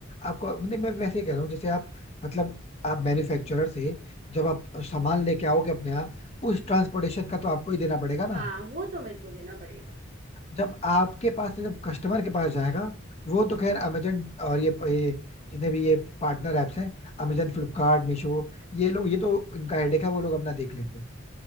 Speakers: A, on the left; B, on the right.
A: आपको नहीं मैं वैसे ही कह रहा हूँ जैसे आप मतलब आप मैन्युफैक्चरर से जब आप सामान लेके आओगे अपने यहाँ उस ट्रांसपोर्टेशन का तो आपको ही देना पड़ेगा
B: हाँ
A: ना
B: वो तो मेरे को देना पड़ेगा
A: जब आपके पास से जब कस्टमर के पास जाएगा वो तो खैर अमेजन और ये ये जितने भी ये पार्टनर ऐप्स हैं अमेजन फ्लिपकार्ट मीशो ये लोग ये तो इनका हेडेक है वो लोग अपना देख लेंगे